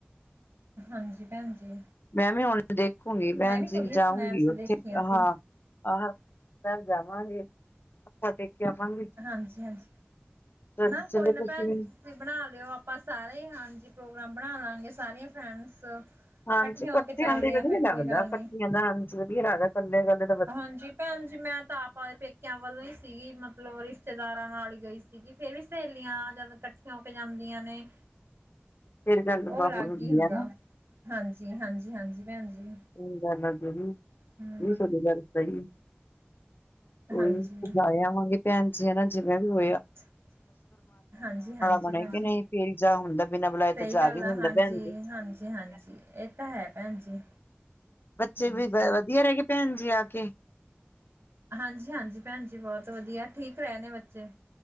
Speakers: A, on the right (about 80°); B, on the left (about 60°).
A: ਹਾਂਜੀ ਪੈਨ ਜੀ।
B: ਮੈਂ ਵੀ ਹੁਣ ਦੇਖੂਗੀ ਪੈਨ
A: ਮੈਂ ਵੀ ਥੋੜੀਆਂ
B: ਜੀ ਜਾਊਂਗੀ
A: ਸਨੈਪਸ
B: ਓਥੇ
A: ਦੇਖੀਆਂ ਸੀ।
B: ਹਾਂ ਆਹਾ, ਕੱਲ ਜਾਵਾਂਗੇ। ਮੱਥਾ ਟੇਕ ਕੇ ਆਵਾਂਗੇ, ਚਲ
A: ਹਾਂਜੀ, ਹਾਂਜੀ ਨਾ
B: ਚਲੀਏ
A: ਕੋਈ ਨਾ
B: ਤੁਸੀਂ
A: ਭੈਣ
B: ਵੀ
A: ਜੀ ਤੁਸੀਂ ਬਣਾ ਲਿਓ ਆਪਾਂ ਸਾਰੇ ਹਾਂਜੀ ਪ੍ਰੋਗਰਾਮ ਬਣਾ ਲਾਂਗੇ ਸਾਰੀਆਂ ਫਰੈਂਡਸ ਇਕੱਠੀਆਂ
B: ਹਾਂਜੀ ਕੱਠਿਆਂ
A: ਹੋ ਕੇ ਚੱਲਦੇ
B: ਦਾ
A: ਆ
B: ਵਧੀਆਂ
A: ਫੇਰ
B: ਲੱਗਦਾ
A: ਕੋਈ ਗੱਲ ਨੀ।
B: ਕੱਠੀਆਂ ਦਾ ਹਾਂਜੀ ਵਧੀਆਂ ਲੱਗਦਾ ਕੱਲੇ ਕੱਲੇ
A: ਹਾਂਜੀ ਪੈਨ ਜੀ ਮੈਂ ਤਾਂ ਆਪ ਪੇਕਿਆਂ ਵੱਲੋਂ ਹੀ ਸੀਗੀ ਮਤਲਬ ਰਿਸ਼ਤੇਦਾਰਾਂ ਨਾਲ਼ ਈ ਗਈ ਸੀਗੀ ਫ਼ੇਰ ਵੀ ਸਹੇਲੀਆਂ ਜਦ ਕੱਠ ਠੀਆਂ ਹੋ ਕੇ ਜਾਂਦੀਆਂ ਨੇ,
B: ਫੇਰ ਗੱਲ
A: ਓ
B: ਹੋਰ
A: ਲੱਗ
B: ਹੁੰਦੀ
A: ਹੀ ਹੁੰਦਾ
B: ਆ
A: ਹਾਂਜੀ-ਹਾਂਜੀ-ਹਾਂਜੀ ਪੈਨ ਜੀ।
B: <inaudible>
A: ਹਮ
B: ਕੋਈ
A: ਹਾਂਜੀ
B: ਨੀ ਜਾਏ ਆਵਾਂਗੇ ਪੈਨ ਜੀ ਹੈਨਾ ਜਿਵੇਂ ਵੀ ਹੋਯਾ
A: <inaudible> ਹਾਂਜੀ-ਹਾਂਜੀ-ਹਾਂਜੀ,
B: ਬਣੇ ਕਿ ਨਹੀਂ ਫੇਰ ਜਾ ਹੁੰਦਾ ਬਿਨਾਂ ਬੁਲਾਏ
A: ਸਈ
B: ਤਾਂ ਜਾ
A: ਗੱਲ
B: ਵੀ ਨੀ
A: ਆ
B: ਹੁੰਦਾ
A: ਹਾਂਜੀ-ਹਾਂਜੀ-ਹਾਂਜੀ।
B: ਭੈਣ ਜੀ।
A: ਏ ਤਾਂ ਹੈਂ ਪੈਨ ਜੀ।
B: ਬੱਚੇ
A: ਹਾਂਜੀ
B: ਵੀ ਗਏ ਵਧੀਆਂ ਰੈ ਗਏ ਪੈਨ ਜੀ ਆ ਕੇ।
A: ਹਾਂਜੀ-ਹਾਂਜੀ ਪੈਨ ਜੀ ਬੋਤ ਵਧੀਆਂ ਠੀਕ ਰਏ ਨੇ ਬੱਚੇ।